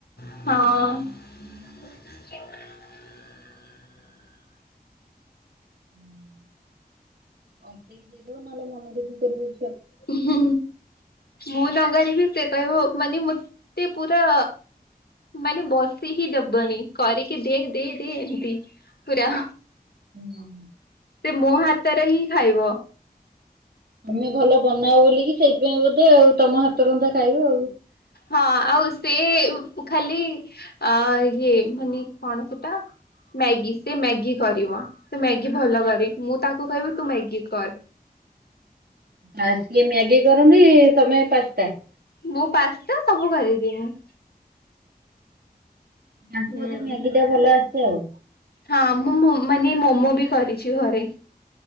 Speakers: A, on the left; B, on the right.
A: ହଁ। <inaudible>
B: ହୁଁ <inaudible> ଅଟକେଇକି ଦେଇଦବୁ ନହେଲେ ମନ ଦୁଃଖ କରିବେ
A: ହୁଁହୁଁ। ମୁଁ ନକରିବି ସେକହିବ ମାନେ ମତେ ପୁରା ମାନେ ବସେଇ ହିଁ ଦବନି କରିକି ଦେ ଦେ ଦେ ଏମତି ପୁରା
B: ହୁଁ।
A: ମୋ ହାତରେ ହିଁ ଖାଇବ।
B: ତମେ ଭଲ ବାନାଅ ବୋଲିକି ସେଥିପାଇଁ ବୋଧେ ତମ ହାତ ରନ୍ଧା ଖାଇବ।
A: ହଁ ଆଉ ସେ ଖାଲି ଆ ହି ମାନେ କଣ ସେଟା ମ୍ୟାଗି ସେ ମ୍ୟାଗି କରିବ ସେ ମ୍ୟାଗି ଭଲ କରେ ମୁଁ ତାକୁ କହିବି ତୁ ମ୍ୟାଗି କର।
B: ଆ ସିଏ ମ୍ୟାଗି କରନ୍ତି ତମେ ପାସ୍ତା।
A: ମୁଁ ପାସ୍ତା ସବୁ କରିଦିଏ ମୁଁ।
B: ତାକୁ
A: ହୁଁ
B: ବୋଧେ ମ୍ୟାଗିଟା ଭଲ ଆସେ ଆଉ।
A: ହଁ ମୁଁ ମାନେ ମୋମୋ ବି କରିଛି ଘରେ।